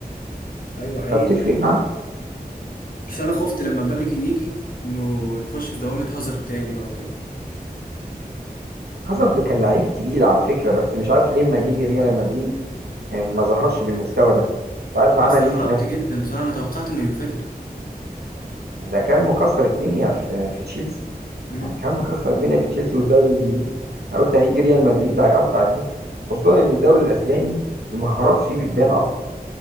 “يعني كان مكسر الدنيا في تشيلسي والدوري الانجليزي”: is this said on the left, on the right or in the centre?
Right